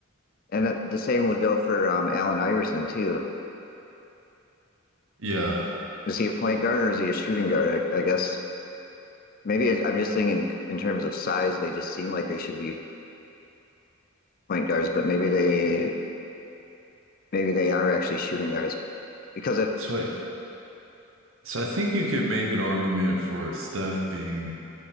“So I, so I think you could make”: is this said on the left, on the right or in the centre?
Right